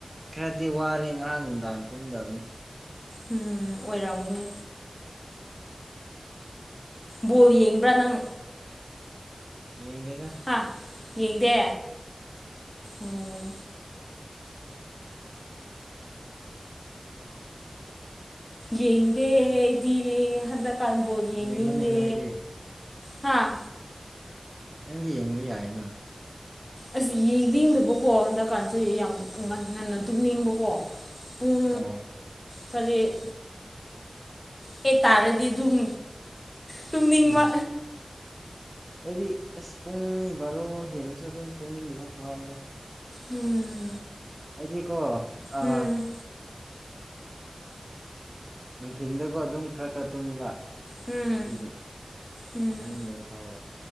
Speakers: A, on the right; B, on the left.
A: ꯈꯔꯗꯤ ꯋꯥꯔꯦ ꯉꯔꯥꯡ ꯅꯨꯡꯗꯥꯡ ꯇꯨꯝꯗꯕꯅꯤ
B: ꯎꯝ ꯑꯣꯏꯔꯝꯒꯅꯤ ꯕꯣꯜ ꯌꯦꯡꯕ꯭ꯔꯥ ꯅꯪ
A: ꯌꯦꯡꯦꯗ
B: ꯍꯥꯥ ꯌꯦꯡꯡꯗꯦ ꯎꯝ ꯌꯦꯡꯗꯦ ꯑꯩꯗꯤ ꯍꯔꯗꯀꯥꯔꯕꯣꯔꯠ ꯌꯦꯡꯅꯤꯡꯗꯦ
A: ꯌꯦꯡꯉꯨꯅꯦ ꯅꯣꯏꯗꯤ
B: ꯍꯥꯥ
A: ꯅꯪꯗꯤ ꯌꯦꯡꯕ ꯌꯥꯏꯅ
B: ꯑꯁꯤ ꯌꯦꯡꯅꯤꯡꯗꯕꯀꯣ ꯍꯟꯗꯛꯀꯥꯟꯁꯦ ꯌꯥꯝ
A: ꯎꯝ
B: ꯉꯟꯅ ꯇꯨꯝꯅꯤꯡꯕꯀꯣ ꯄꯨꯡ
A: ꯑꯣ
B: ꯁꯔꯦꯠ ꯀꯇꯥꯥꯔꯗꯤ ꯑꯗꯨꯝ ꯇꯨꯝꯅꯤꯡꯕ
A: ꯍꯝ ꯑꯩꯗꯤ ꯑꯁ ꯄꯨꯡ ꯕꯥꯔꯣ ꯍꯦꯟꯅꯁꯨ ꯑꯗꯨꯝ ꯇꯨꯡꯅꯤꯡꯟꯗꯕ ꯐꯥꯎꯋꯦꯗ
B: ꯎꯝ
A: ꯍꯥꯏꯗꯤꯀꯣ ꯑ
B: ꯎꯝ
A: ꯅꯨꯡꯊꯤꯤꯟꯗꯒ ꯑꯗꯨꯝ ꯈꯔ ꯈꯔ ꯇꯨꯝꯃꯤꯕ
B: ꯎꯝ
A: ꯑꯗꯨꯒꯤ
B: ꯎꯝ
A: ꯇꯅꯤꯡꯗꯕ ꯐꯥꯎꯕ